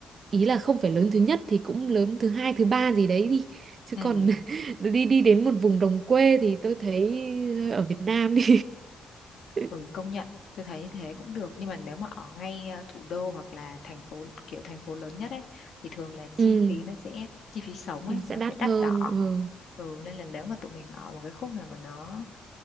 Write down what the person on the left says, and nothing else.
Ừ,
ừ công nhận tôi thấy thế cũng được nhưng mà nếu mà ở ngay à, thủ đô hoặc là thành phố kiểu thành phố lớn nhất ấy thì thường là chi
phí nó sẽ chi phí sống
ấy
nó
sẽ đắt
đỏ
ừ nên là nếu mà tụi mình ở một cái khúc nào mà nó